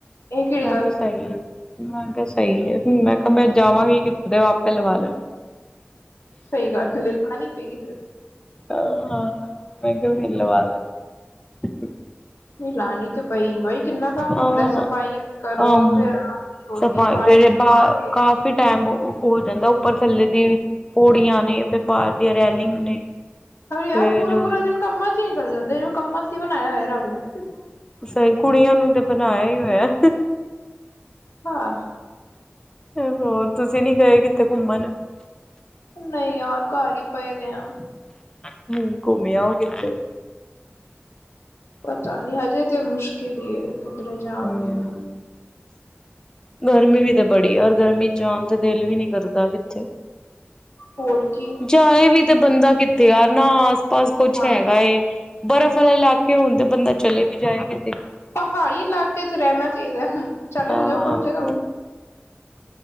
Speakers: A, on the left; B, on the left.
A: ਇਹ ਕਿਹੜੀ
B: ਚਲੋ
A: ਗੱਲ
B: ਸਹੀ ਹਾਂਜੀ ਸਹੀ ਹੈ ਹੁਣ ਮੈਂ ਕਿਹਾ ਮੈਂ ਜਾਵਾਂਗੀ ਕਿੱਥੋਂ ਦੇ ਆਪੇ ਲਵਾ ਲੈਣਾ
A: ਸਹੀ ਗੱਲ ਲੈ ਲਾਨ ਪਏਗੀ ਫਿਰ <unintelligible>
B: ਹਾਂ ਮੈਂਿੰ ਕਿਹਾ ਮ ਲਵਾਾਲ <unintelligible>
A: ਨਹੀਂ ਲਾਣੀ ਤੇ ਪਈ ਬਾਈ ਕਿੰਨਾ ਕੰਮ ਹੁੰਦਾ
B: ਹਾਂਮ
A: ਸਫਾਈਆਂ ਕਰੋ ਫਿਰ
B: ਹੁੰਦਾ
A: ਆਪ ਰੋਟੀ
B: ਸਫਾਈੇਰੇ
A: ਪਾਣੀ ਭਾਂਡੇ
B: ਕਾਫੀ ਟਾਈਮ ਹੋ ਹੋ ਜਾਂਦਾ ਉੱਪਰ ਥੱਲੇ ਦੀ ਪੋੜੀਆਂ ਨੇ ਫਿਰ ਬਾਹਰ ਦੀਆਂ ਰੈਲਿੰਗ ਨੇ
A: ਹ ਯਾਰ
B: ਫੇਰ
A: ਪੂਰਾ ਪੂਰਾ ਦਿਨ ਕੰਮਾਂ ਚ ਹੀ ਨਿਕਲ ਜਾਂਦੇਵੇ ਕੰਮ ਚ ਹੀ ਬਣਾਇਆ ਹੋਇਆ ਰੱਬ ਨੇ ਹਮ <unintelligible>
B: ਸਹੀ ਕੁੜੀਆਂ ਨੂੰ ਤੇ ਬਣਾਇਆ ਹੀ ਹੋਇਆ
A: ਹਾਂ
B: ਹੋਰ ਤੁਸੀਂ ਨੀ ਗਏ ਕਿੱਥੇ ਘੁੰਮਣ
A: ਨਹੀਂ ਯਾਰ ਘਰ ਹੀ ਪਏ ਦੇ ਆ
B: ਹ ਘੁੰਮਿਆ ਉਹ ਕਿਥੇ
A: ਪਤਾ ਨੀ ਹਜੇ ਤੇ ਮੁਸ਼ਕਿਲ ਹੀ ਕਿਧਰ ਜਾਗੀ
B: ਹੂੰ, ਗਰਮੀ ਵੀ ਤਾਂ ਬੜੀ ਔਰ ਗਰਮੀ ਚ ਆਉਣ ਤੇ ਦਿਲ ਵੀ ਨੀ ਕਰਦਾ ਕਿੱਥੇ
A: ਹੋਰ ਕੀ
B: ਜਾਏ ਵੀ ਤੇ ਬੰਦਾ ਕਿੱਥੇ ਯਾਰ ਨਾ ਆਸ ਪਾਸ ਕੁਛ
A: ਹਾਂ
B: ਹੈਗਾ ਏ ਬਰਫ਼ ਲੈ <unintelligible> ਕਿ ਹੁਣ ਤੇ ਬੰਦਾ ਚਲੇ ਵੀ ਜਾਏਗੀ
A: ਪਹਾੜੀ ਇਲਾਕੇ ਚ ਰਹਿਣਾ ਚਾਹੀਦਾ ਹੁ ਚਲੇ
B: ਹਾਂ।
A: ਜਾਓ ਕਮ ਸੇ ਕਮ